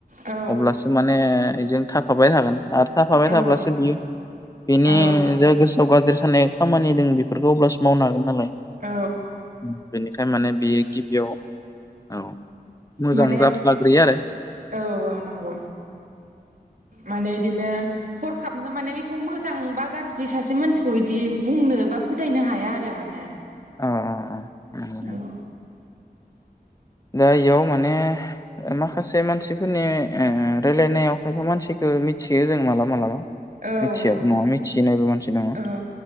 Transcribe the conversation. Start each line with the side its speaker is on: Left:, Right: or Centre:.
Right: औ
Left: अब्लासो माने गजों थाफाबाय थागोन। आरो थाफाबाय
Right: औ
Left: थाब्लासो बियो बिनि
Right: औ
Left: जे गोसोआव गाज्रि साननाय खामानि दों बेफोरखौ अब्लासो मावनो हागोन नालाय। बेनिखायनो
Right: औ
Left: माने बेयो गिबियाव औ मोजां
Right: माने
Left: जाफ्लाग्रोयो आरो।
Right: औ नंगौ माने बिदिनो हर थाबनो माने बेखौ मोजां बा गाज्रि सासे मानसिखौ इदि बुंनो बा फोथायनो हाया आरो माने।
Left: अ नंगौ नंगौ।
Right: औ।
Left: दा इयाव माने ओ माखासे मानसिफोरनि ओ रायलायनायाव खायफा मानसिखौ ओ मिथियो जों मालाबा मालाबा
Right: औ
Left: मिथियाबो
Right: औ
Left: नङा मिथिनायबो मानसि दङ।
Right: औ